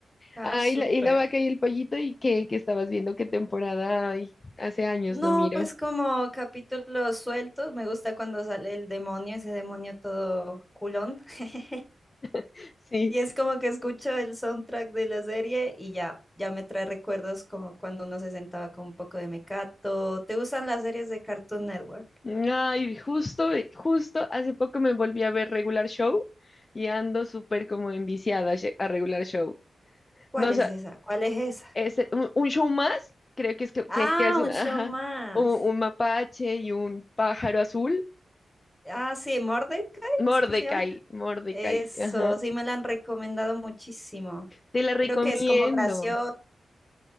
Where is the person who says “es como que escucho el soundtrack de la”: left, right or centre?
Centre